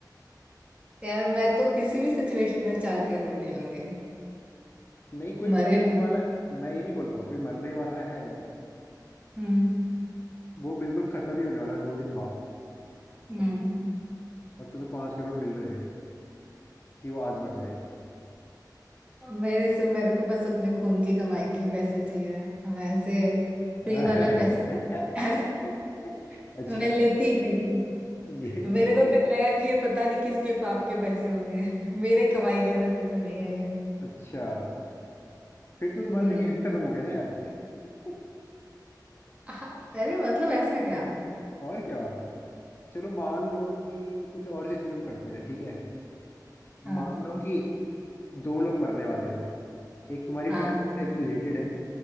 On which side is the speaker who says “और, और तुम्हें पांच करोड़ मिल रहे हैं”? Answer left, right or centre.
Left